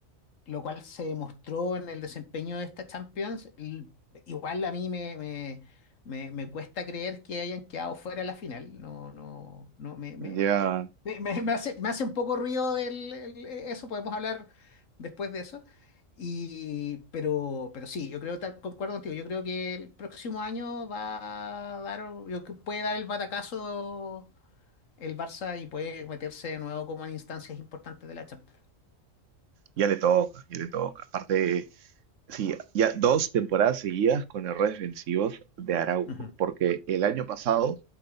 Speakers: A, on the left (about 75°); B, on the right (about 70°).
A: lo cual se demostró en el desempeño de esta Champions. L- Igual a mí me, me, me, me cuesta creer que hayan quedado fuera de la final. No, no, no, me, me,
B: Ya,
A: me, me- me hace, me hace un poco ruido el- el- e, eso, podemos hablar después de eso. Y, pero, pero sí, yo creo, tal- concuerdo contigo, yo creo que el próximo año va a dar, yo creo que puede dar el batacazo el Barça y puede meterse de nuevo como en instancias importantes de la Champions.
B: ya le toca, ya le toca. Aparte, sí, ya dos temporadas seguidas con errores defensivos de Araujo,
A: Ujú,
B: porque el año pasado,